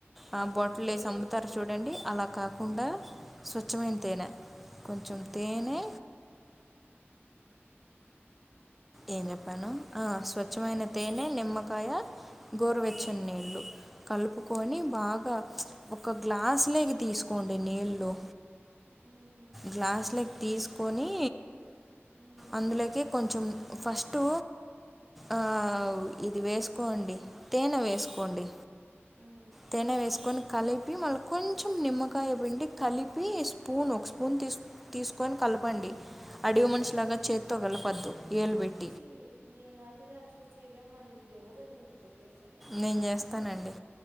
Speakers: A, in the centre; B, on the right.
A: ఆ బాటిల్
B: లేదు
A: లో ఏసి అమ్ముతారు చూడండి
B: ఆహా
A: అలా కాకుండా స్వచ్ఛమైన తేనె కొంచెం తేనె ఏం చెప్పాను ఆ స్వచ్ఛమైన
B: నిమ్మకాయ
A: తేనె నిమ్మకాయ గోరువెచ్చని నీళ్ళు కలుపుకొని బాగా ఒక గ్లాస్లోకి తీసుకోండి నీళ్ళు
B: ఊహు
A: గ్లాస్లకి తీసుకొని
B: హ్మ్
A: అందులోకి కొంచెం ఫస్టు ఆ ఇది వేసుకోండి తేనె వేసుకోండి
B: హ్మ్
A: తేనె వేసుకొని కలిపి మళ్ళ కొంచెం నిమ్మకాయ పిండి కలిపి స్పూన్ ఒక స్పూన్ తీసుకు తీసుకొని కలపండి అడివి
B: హ్మ్
A: మనిషి లాగా చేతితో గలపద్దు ఏలుబెట్టి
B: <unintelligible> మేము అసలు అట్లా చెయ్యమండి <unintelligible> అట్లా చేస్
A: నేను చేస్తానండి